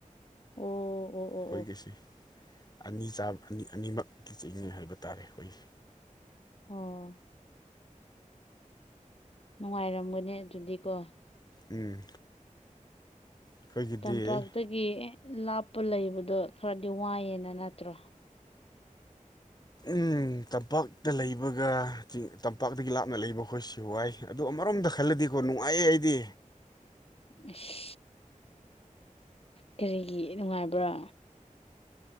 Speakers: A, on the left (about 45°); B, on the left (about 30°).
A: ꯑꯣ ꯑꯣ ꯑꯣ ꯑꯣ
B: ꯑꯩꯈꯣꯏꯒꯤꯁꯤ
A: ꯑꯣ
B: ꯑꯅꯤ ꯆꯥꯕ ꯑꯅꯤ ꯑꯅꯤꯃꯛꯀꯤ ꯆꯤꯡꯉꯦ ꯍꯥꯏꯕ ꯇꯥꯔꯦ ꯑꯩꯈꯣꯏꯒꯤ
A: ꯑꯣ ꯅꯨꯡꯉꯥꯏꯔꯝꯒꯅꯦ ꯑꯗꯨꯗꯤꯀꯣ
B: ꯎꯝ ꯑꯩꯈꯣꯏꯒꯤꯗꯤ
A: ꯇꯝꯄꯥꯛꯇꯒꯤ ꯂꯥꯞꯄ ꯂꯩꯕꯗꯣ ꯈꯔꯗꯤ ꯋꯥꯏꯑꯦꯅ ꯅꯠꯇ꯭ꯔꯣ
B: ꯎ ꯇꯝꯄꯥꯛꯇ ꯂꯩꯕꯒꯤꯡ ꯇꯝꯄꯥꯛꯇꯒꯤ ꯂꯥꯞꯅ ꯂꯩꯕ ꯑꯩꯈꯣꯏ ꯁꯤ ꯋꯥꯏ ꯑꯗꯣ ꯑꯃꯔꯣꯝꯗ ꯈꯜꯂꯗꯤꯀꯣ ꯅꯨꯡꯉꯥꯏꯌꯦ ꯑꯩꯗꯤ
A: ꯑꯁ ꯀꯔꯤꯒꯤ ꯅꯨꯡꯉꯥꯏꯕ꯭ꯔꯥ